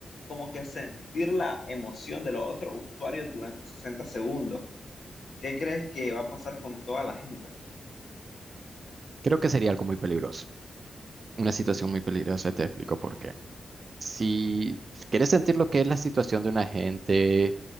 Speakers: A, on the left; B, on the right.
A: como que sentir la emoción de los otros usuarios durante 60 segundos? ¿Qué crees que va a pasar con toda la gente?
B: Creo que sería algo muy peligroso, una situación muy peligrosa, te explico por qué. Si quieres sentir lo que es la situación de un agente